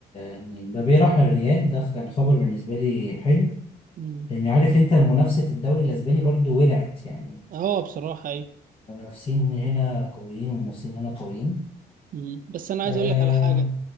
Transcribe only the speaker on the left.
ان مبابي راح الريال ده كان خبر بالنسبه لي حلو
لان عارف انت منافسه الدوري الاسباني برضه ولعت يعني
منافسين هنا قويين ومنافسين هنا قويين
آه...